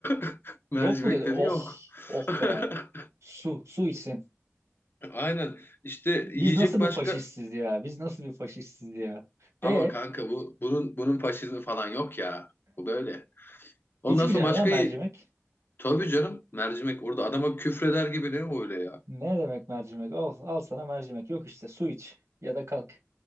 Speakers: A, on the left; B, on the right.
A: <laughs> Mercimek
B: Yok mu dedi.
A: dedi
B: Oh,
A: yok.
B: oh be.
A: <laughs>
B: Su, su içsin.
A: Aynen. işte
B: Biz
A: yiyecek
B: nasıl bir
A: başka
B: faşistiz ya? Biz nasıl bir faşistiz ya?
A: ama
B: E,
A: kanka bu bunun bunun faşizmi falan yok ya. Bu böyle. Ondan
B: içmeyeceksin
A: sonra başka
B: ya mercimek.
A: tabii canım mercimek orada adama küfreder gibi ne öyle ya.
B: Ne demek mercimek? Al, al sana mercimek. Yok işte su iç ya da kalk.